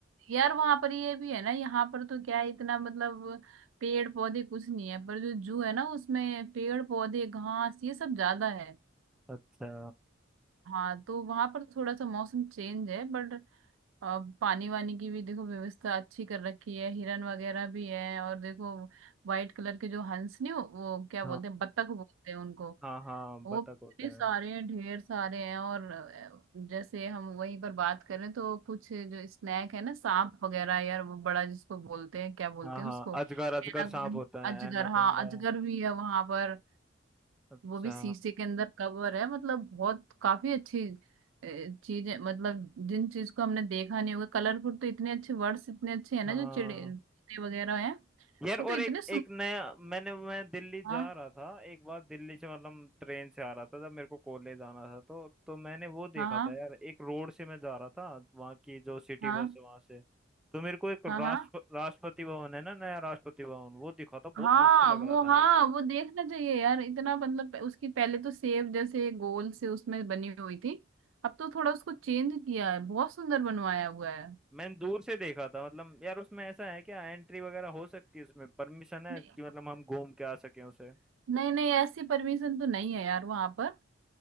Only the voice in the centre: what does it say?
अच्छा
हाँ
हाँ हाँ
बतख होते
हैं
हाँ
हाँ
अजगर अजगर
सांप होता है
एनाकोंडा
अच्छा
हाँ
यार
और
एक
एक नया मैंने मैं दिल्ली
जा रहा था एक बार दिल्ली से मतलब ट्रेन से आ रहा था जब मेरे को कॉलेज आना था तो तो मैंने वो देखा
था यार एक रोड से मैं जा रहा था वहाँ की जो सिटी
बस है वहाँ से तो मेरे को एक
राष्ट्र
राष्ट्रपति भवन है ना नया राष्ट्रपति भवन वो दिखा था बहुत
मस्त लग
रहा था
मेरे को
मैंने दूर से देखा था मतलब यार उसमें ऐसा है क्या एंट्री वगैरह हो सकती है उसमें परमिशन है
कि मतलब हम घूम के आ सकें उसे